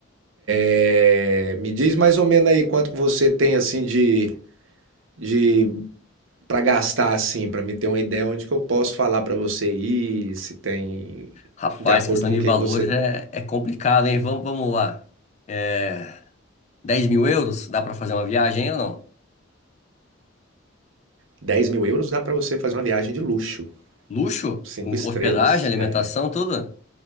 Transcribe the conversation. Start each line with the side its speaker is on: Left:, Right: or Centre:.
Right: É, me diz mais ou menos aí quanto que você tem assim de, de para gastar assim, para me ter uma ideia onde que eu posso falar para você ir, se tem
Left: Rapaz,
Right: de acordo
Left: questão
Right: com
Left: de
Right: o que
Left: valores
Right: que você
Left: é, é complicado, hein? Vamos, vamos lá. É, 10 mil euros, dá pra fazer uma viagem hein, ou não?
Right: dez mil euros dá para você fazer uma viagem de luxo,
Left: Luxo,
Right: cinco
Left: com
Right: estrelas.
Left: hospedagem, alimentação,
Right: É.
Left: tudo?